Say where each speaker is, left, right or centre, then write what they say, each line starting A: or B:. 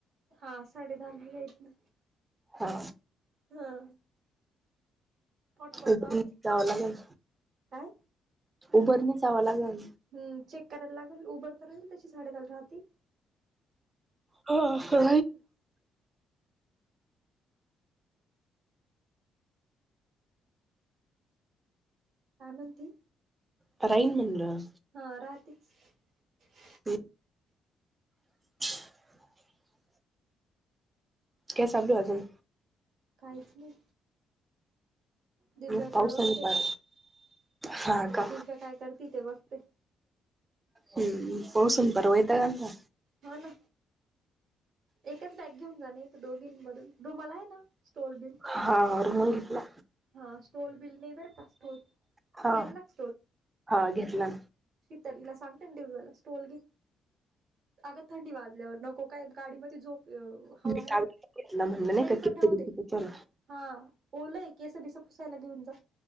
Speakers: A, on the right; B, on the right.
A: हा साडे दहा ला निघा इथनं
B: हा
A: हा हॉटस्पॉट
B: उबर
A: चालूच
B: जाव लागेल
A: काय
B: उबरने जावं लागेल
A: हम्म चेक करायला लागेल उबर तर राहील त्याची साडेदहाला राहती.
B: हा
A: काय म्हणती
B: कराय येईल म्हंटलं.
A: हा <unintelligible>
B: ते <unintelligible> <unintelligible> काय चालू आहे अजून
A: काहीच नाही दिव्याकडे
B: मग पावसाने
A: बघते.
B: पार हा का
A: दिवसा काय करती ते बघते.
B: हम्म पाऊस हून परवा येता का का
A: हो ना एकच बॅग घेऊन जाण दोघी मधून तुम्हाला आहे ना, स्टोल बिल
B: हा रुमाल घेतला.
A: हा स्टोल बिल ने बर का स्टोल
B: हा
A: घेतला का
B: हा घेतला.
A: त्यांना सांगते दिव्याला स्टोल घे आग थंडी वाजल्यावर नको. काय गाडीमध्ये झोप.
B: मी
A: हवा आहे
B: ताबडतोब
A: ना
B: घेतला म्हणलं नाही
A: तरी
B: का
A: पण
B: केसरी
A: राहू दे. हा ओलय एक केस बिस पुसायला घेऊन जा.